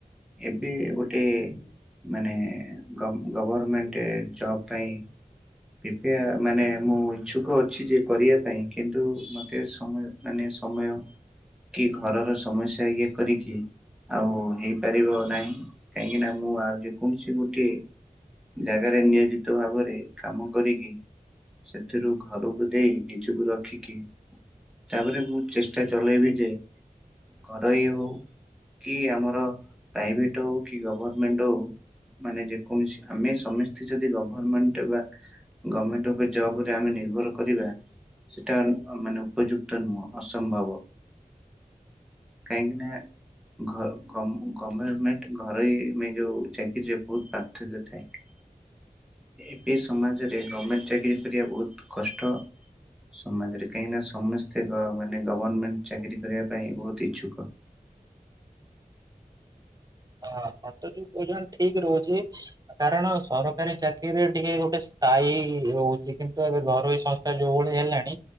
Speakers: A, in the centre; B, on the right (about 25°).
A: ଏବେ ଗୋଟେ ମାନେ ଗଭ ଗଭରର୍ମେଣ୍ଟ ଜବ ପାଇଁ ଏବେ ମାନେ ମୁଁ ଇଚ୍ଛୁକ ଅଛି ଯେ କରିବା ପାଇଁ କିନ୍ତୁ ରୁ ମତେ ସମୟ ମାନେ ସମୟ କି ଘରର ସମସ୍ୟା ଇଏ କରିକି ଆଉ ହେଇ ପାରିବ ନାହିଁ କାହିଁକିନା ମୁଁ ଆଉ ଯେକୌଣସି ଗୋଟଏ ଜାଗାରେ ନିୟୋଜିତ ଭାବରେ କାମ କରିକି ସେଥିରୁ ଘରକୁ ଦେଇ ନିଜକୁ ରଖିକି ତାପରେ ମୁଁ ଚେଷ୍ଟା ଚଲେଇବି ଯେ ଘରୋଇ ହଉ କି ଆମର ପ୍ରାଇଭେଟ ହଉ କି ଗଭରର୍ମେଣ୍ଟ ହଉ ମାନେ ଯେକୌଣସି ଆମେ ସମସ୍ତେ ଯଦି ଗଭରର୍ମେଣ୍ଟ ବା ଗମେଣ୍ଟ ଉପରେ ଜବ ରେ ଆମେ ନିର୍ଭର କରିବା ସେଟା ମାନେ ଉପଯୁକ୍ତ ନୁହେଁ ଅସମ୍ଭବ। କାହିଁକିନା ଘ ଗ ଗବେରମେଣ୍ଟ ଘରୋଇ ଯୋଉ ଚାକିରିରେ ବହୁତ ପାର୍ଥକ୍ୟ ଥାଏ। ଏବେ ସମାଜରେ ଗମେଣ୍ଟ ଚାକିରିୀ କରିବା ବହୁତ କଷ୍ଟ। ସମାଜରେ କାହିଁକି ନା ସମସ୍ତେ ମାନେ ଗଭର୍ଣମେଣ୍ଟ ଚାକିରୀ କରିବା ପାଇଁ ବହୁତ ଇଚ୍ଛୁକ। <inaudible>
B: ହ ସତ ଯଉ କହୁଛ ଠିକ ରହୁଛି। କାରଣ ସରକାରୀ ଚାକିରିରେ ଟିକେ ଗୋଟେ ସ୍ଥାୟୀ ରହୁଛି। କିନ୍ତୁ ଏବେ ଘରୋଇ ସଂସ୍ଥା ଯୋଉ ଭଳି ହେଲାଣି